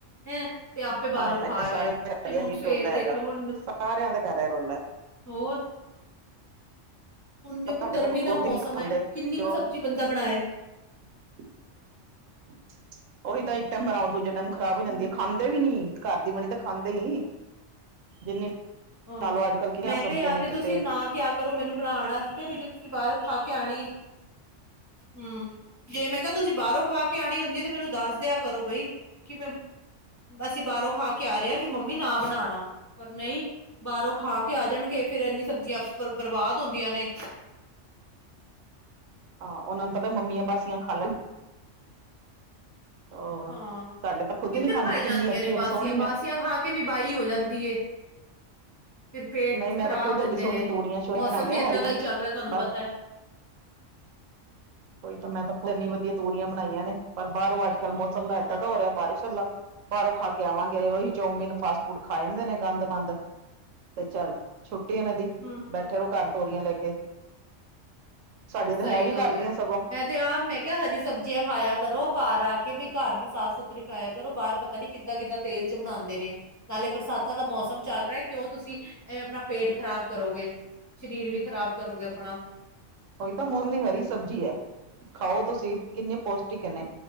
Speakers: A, on the left; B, on the right.
A: ਹਮ ਤੇ ਆਪੇ ਬਾਹਰੋਂ
B: ਹਾਏ
A: ਖਾ ਆਏ,
B: ਸਾਰਿਆਂ ਦੇ ਘਰ
A: ਤੇ ਹੁਣ
B: ਇਹੀ
A: ਸਵੇਰ
B: ਰੌਲਾ
A: ਦੇਖਲੋ
B: ਹੈਗਾ
A: ਹੁਣ
B: ਸਾਰਿਆਂ ਦੇ ਘਰ
A: <inaudible>
B: ਇਹ ਰੌਲਾ
A: ਹੋਰ ਹੁਣ ਦੇਖੋ
B: ਸਾਡੇ
A: ਗਰਮੀ
B: ਤਾਂ
A: ਦਾ
B: ਖੁਦ
A: ਮੌਸਮ
B: ਹੀ ਨਹੀਂ ਖਾਂਦੇ,
A: ਹੈ ਕਿੰਨੀ
B: ਜੋ
A: ਕੁ ਸਬਜ਼ੀ ਬੰਦਾ ਬਣਾਏ
B: <inaudible> ਉਹੀ ਤਾਂ ਇੱਕ ਟਾਈਮ ਬਣਾਓ, ਦੂਜੇ ਟਾਈਮ ਖ਼ਰਾਬ ਹੋ ਜਾਂਦੀ
A: ਹਮ
B: ਹੈ। ਖਾਂਦੇ ਕਦੇ ਵੀ ਨੀ, ਘਰ ਦੀ ਬਣੀ ਤਾਂ ਖਾਂਦੇ ਹੀ, ਜਿੰਨੀ
A: ਹਾਂ
B: ਲਾ ਲਓ, ਅੱਜ ਕੱਲ੍ਹ ਕਿੰਨੀਆਂ
A: ਮੈਂ ਕਿਹਾ
B: ਸਬਜ਼ੀਆਂ
A: ਯਾਰ
B: ਨੇ।
A: ਤੇ
B: ਇਕੱਲੇ
A: ਤੁਸੀਂ ਨਾ ਕਿਆ ਕਰੋ, ਮੈਨੂੰ ਬਣਾਉਣ ਵਾਸਤੇ, ਬਈ ਜੇ ਤੁਸੀਂ ਬਾਹਰੋ ਖਾ ਕੇ ਆਣੀ ਏ, ਹਮ ਜੇ ਮੈਂ ਕਿਹਾ ਤੁਸੀਂ ਬਾਹਰੋਂ ਖਾ ਕੇ ਆਉਣੀ ਹੁੰਦੀ ਤੇ ਮੈਨੂੰ ਦੱਸਦਿਆਂ ਕਰੋ ਬਈ ਕਿ, ਅਸੀਂ ਬਾਹਰੋਂ ਖਾ ਕੇ ਆ ਰਹੇ ਹਾਂ, ਕਿ ਮੰਮੀ ਨਾ ਬਣਾਉਣਾ, ਪਰ ਨਹੀਂ, ਬਾਹਰੋਂ ਖਾ ਕੇ
B: ਹਾਂ
A: ਆ ਜਾਣਗੇ, ਫੇਰ ਇੰਨੀ ਸਬਜ਼ੀਆਂ ਬਰਬਾਦ ਹੁੰਦੀਆਂ ਨੇ।
B: ਆਹ, ਉਹਨਾ ਨੂੰ ਪਤਾ ਮੰਮੀਆਂ ਬਾਸੀਆਂ ਖਾ ਲੈ ਹੋਰ
A: ਹਾਂ,
B: ਸਾਡੇ ਤਾਂ ਖੁਦ
A: ਕਿੱਧਰ
B: ਹੀ ਨੀ ਖਾਂਦੇ
A: ਖਾਈ
B: ਕਿੰਨੀ
A: ਜਾਂਦੀਆਂ
B: ਮਰਜੀ
A: ਨੇ ਬਾਸੀਆਂ,
B: ਸੋਹਣੀ ਮੈਂ
A: ਬਾਸੀਆਂ ਖਾ ਕੇ ਵੀ ਬਾਹਿ ਹੋ ਜਾਂਦੀ ਏ। ਫਿਰ ਪੇਟ
B: ਨਹੀਂ ਮੈਂ
A: ਖ਼ਰਾਬ
B: ਤਾਂ ਖੁਦ
A: ਹੁੰਦੇ
B: ਐਡੀ ਸੋਹਣੀਆਂ
A: ਨੇ,
B: ਤੋਰੀਆਂ ਸ਼ੋਰੀਆਂ
A: ਮੌਸਮ
B: ਬਣਾਈਆਂ
A: ਵੀ ਏਦਾਂ
B: ਹਰੀਆਂ
A: ਦਾ ਹੀ ਚੱਲ ਰਿਹਾ ਤੁਹਾਨੂੰ
B: ਬਸ
A: ਪਤਾ ਹੈ।
B: ਉਹੀ ਤਾਂ ਮੈਂ ਤਾਂ ਖੁਦ ਇੰਨੀ ਵਧੀਆ ਤੋਰੀਆ ਬਣਾਈਆਂ ਨੇ, ਪਰ ਬਾਹਰੋਂ ਅੱਜ ਕੱਲ ਮੌਸਮ ਇੱਦਾਂ ਦਾ ਹੋ ਰਿਹਾ, ਬਾਰਿਸ਼ ਵਾਲਾ ਬਾਹਰੋਂ ਖਾ ਕੇ ਆਵਾਂਗੇ, ਉਹੀ ਚੌਮੀਨ ਫਾਸਟ ਫੂਡ ਖਾ ਜਾਂਦੇ ਨੇ, ਗੰਦ ਮੰਦ ਤੇ ਚੱਲ, ਛੁੱਟੀ ਇਹਨਾਂ ਦੀ।
A: ਹਮ
B: ਬੈਠੇ ਰਹੋ ਘਰ ਤੋਰੀਆਂ ਲੈ ਕੇ। ਸਾਡੀਆਂ ਤਾਂ
A: ਸਹੀ
B: ਵੀ
A: ਗੱਲ
B: ਘਰ ਦੀਆਂ
A: ਹੈ।
B: ਸਗੋਂ
A: ਮੈਂ ਤੇ ਆਪ, ਮੈਂ ਕਿਹਾ ਹਰੀ ਸਬਜ਼ੀਆਂ ਖਾਇਆ ਕਰੋ, ਘਰ ਆ ਕੇ, ਬਈ ਘਰ ਦੀ ਸਾਫ਼ ਸੁਥਰੀ ਖਾਇਆ ਕਰੋ ਬਾਹਰ ਪਤਾ ਨੀ ਕਿੱਦਾਂ-ਕਿੱਦਾਂ ਤੇਲ ਚ ਬਣਾਉਂਦੇ ਨੇ। ਨਾਲੇ ਬਰਸਾਤਾਂ ਦਾ ਮੌਸਮ ਚੱਲ ਰਿਹਾ ਕਿਉਂ ਤੁਸੀਂ ਐਵੇਂ, ਆਪਣਾ ਪੇਟ ਖ਼ਰਾਬ ਕਰੋਗੇ। ਸਰੀਰ ਵੀ ਖ਼ਰਾਬ ਕਰੋਗੇ ਆਪਣਾ,
B: ਉਹੀ ਤਾਂ ਮੌਸਮ ਦੀ ਹਰੀ ਸਬਜ਼ੀ ਹੈ, ਖਾਓ ਤੁਸੀਂ ਕਿੰਨੇ ਪੋਸ਼ਟਿਕ ਇੰਨੇ